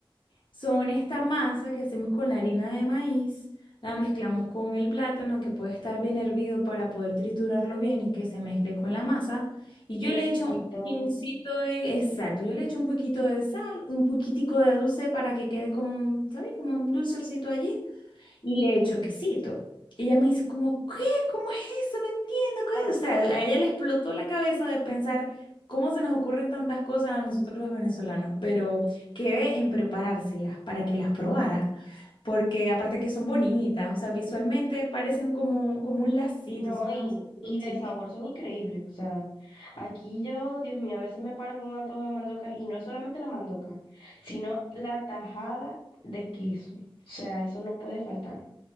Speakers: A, on the left (about 60°); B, on the left (about 80°).
A: Son esta masa que hacemos con la harina de maíz, la mezclamos con el plátano que puede estar bien hervido para poder triturarlo bien y que se mezcle con la masa. Y yo
B: Quesito.
A: le echo un pincito de, exacto, yo le echo un poquito de sal, un poquitico de dulce para que quede como un, ¿sabes? Como un dulcercito allí. Y le echo quesito. ella me dice como, ¿qué? ¿Cómo es eso? No entiendo. ¿qué?". O sea, a ella le explotó la cabeza de pensar cómo se nos ocurren tantas cosas a nosotros los venezolanos, pero quedé en preparárselas para que las probara, porque aparte que son bonitas, o sea, visualmente parecen como, como un lacito,
B: No,
A: son
B: y,
A: demasiado...
B: y de
A: Sí.
B: sabor son increíbles. O sea, aquí yo, Dios mío, a veces me paro con un antojo de mandoca y no es solamente la mandoca, sino la tajada de queso. O sea, eso no puede faltar,